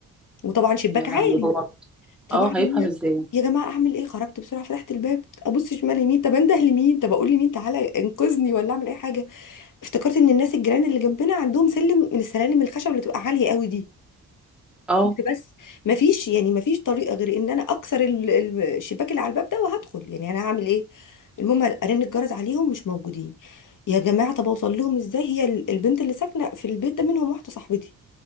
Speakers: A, on the left; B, in the centre.
A: وطبعا شباك
B: يا لهوي
A: عالي
B: هو
A: طبعا
B: اه هيفهم
A: هي
B: ازاي
A: يا جماعه اعمل ايه خرجت بسرعه فتحت الباب ابص شمال يمين طب انده لمين طب اقول لمين تعالى انقذني ولا اعمل اي حاجه افتكرت ان الناس الجيران اللي جنبنا عندهم سلم من السلالم الخشب اللي بتبقى عاليه قوي دي
B: اه
A: قلت بس ما فيش يعني ما فيش طريقه غير ان انا اكسر ال- ال- الشباك اللي على الباب ده وهدخل يعني انا هعمل ايه المهم ارن الجرس عليهم مش موجودين يا جماعه طب اوصل لهم ازاي هي ال- البنت اللي ساكنه في البيت ده منهم واحده صاحبتي